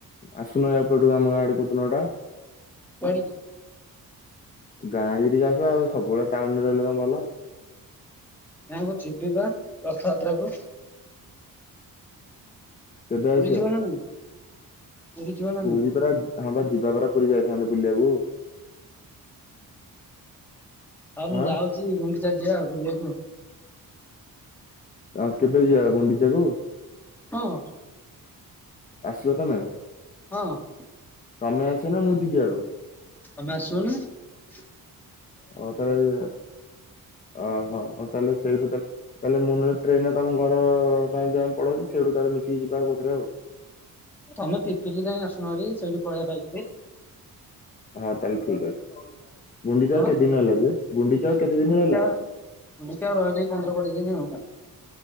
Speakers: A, on the left; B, in the centre.
A: ଆସୁନ ଏପଟ କୁ ଆମ ଗାଁ ଆଡକୁ। କନୋଡ଼ା।
B: କୁଆଡେ
A: ଗାଁ ଆଡି କି ଟିକେ ଆସ ଆଉ ସବୁବେଳେ ଟାଉନରେ ରହିଲେ କଣ ଭଲ।
B: ନା ମୁଁ ଯିବିି ବା ରଥଯାତ୍ରା କୁ।
A: କେବେ ଆସିବ?
B: ପୁରୀ ଯିବ ନା ନାଇଁ। ପୁରୀ ଯିବ ନା
A: ପୁରୀ
B: ନାଇଁ?
A: ପରା ହଁ ବା ଯିବା ପରା ପୁରୀ ଯାଇଥାନ୍ତେ ବୁଲିବାକୁ।
B: ହଉ
A: ହଁ।
B: ମୁଁ ଯାଉଛି ଗୁଣ୍ଡିଚା ଯିବା ଆଉ ବୁଲିବାକୁ।
A: ଆଁ କେବେ ଯିବା, ଗୁଣ୍ଡିଚାକୁ?
B: ହଁ।
A: ଆସିବ ତମେ?
B: ହଁ।
A: ତମେ ଆସିବ ନା ମୁଁ ଯିବି ଆଡୁ?
B: ତମେ ଆସିବ ନା?
A: ହଉ ତାହେଲେ, ଅ ହୋଉ ତାହେଲେ, ସେଇଠୁ ତାଲେ ତାହଲେ ମୁଁ ନହେଲେ ଟ୍ରେନ୍ ତମ ଘର ପାଇଁ ଯା ପଳଉଚି, ସେଇଠୁ ତାରେ ମିଶିକି ଯିବା ଆଉ କଉଥିରେ ଆଉ?
B: ତମେ ପିପିଲି ଯାଏଁ ଆସୁନ ହାରି, ସେଇଠୁ ପଳେଇଆ ବାଇକ୍ ରେ।
A: ହଁ ତାହେଲେ ଠିକ୍ ଅଛି, ଗୁଣ୍ଡିଚା
B: କଣ?
A: ଆଉ କେତେ ଦିନି ରହିଲା ଯେ, ଗୁଣ୍ଡିଚା ଆଉ କେତେ ଦିନି
B: ଗୁଣ୍ଡିଚା
A: ରହିଲା?
B: ଆଉ ଗୁଣ୍ଡିଚା ଆଉ ରହିଲା ଏଇ ପନ୍ଦର କୋଡିଏ ଦିନି ଆଉ।